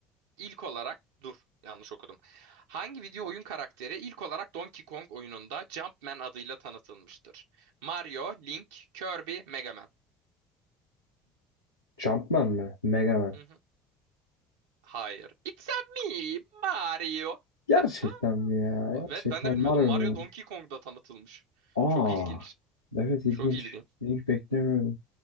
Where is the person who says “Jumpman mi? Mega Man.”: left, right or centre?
Left